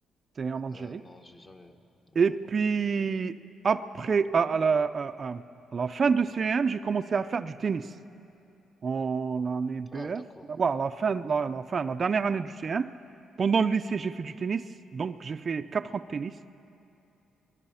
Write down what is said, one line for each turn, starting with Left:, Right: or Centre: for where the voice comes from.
Right: C'est en Algérie.
Left: Euh, non, j'ai jamais. Non,
Right: Et
Left: non, non.
Right: puis, après, à, à la, à- à- à la fin de CM, j'ai commencé à faire du tennis en année BF.
Left: Ah, d'accord.
Right: Ouais, à la fin, la, la fin, la dernière année du CM. Pendant le lycée, j'ai fait du tennis. Donc, j'ai fait 4 ans de tennis.